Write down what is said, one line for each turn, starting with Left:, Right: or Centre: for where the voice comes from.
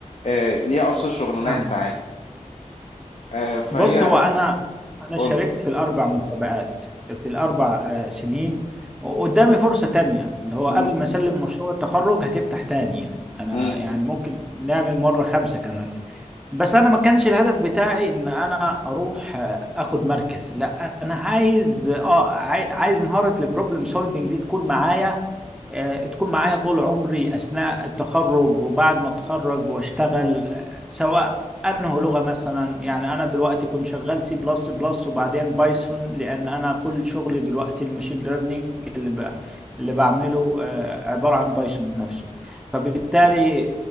Left: آه، ليها اصلا شغلانات
Centre: فاهمك
Left: ساعات آه، فهي
Centre: بص هو انا انا
Left: قول
Centre: شاركت
Left: لي
Centre: في الاربع مسابقات في الاربع آه، سنين وقدامي فرصة تانية اللي هو
Left: مم،
Centre: قبل ما اسلم مشروع التخرج هتفتح تاني يعني انا
Left: مم،
Centre: يعني ممكن نعمل مرة خمسة كمان بس انا ما كانش الهدف بتاعي ان انا اروح آه، اخد مركز لا انا عايز اه عاي- عايز مهارة البروبلم سولفنج دي تكون معايا آه، تكون معايا طول عمري أثناء التخرج وبعد ما أتخرج وأشتغل آه، سواء أنه لغة مثلا يعني أنا دلوقتي كنت شغال سي بلس بلس وبعدين بايثون لأن أنا كل شغلي دلوقتي المشين ليرنينج اللي ب... اللي بعمله آه، عبارة عن بايثون نفسه فبالتالي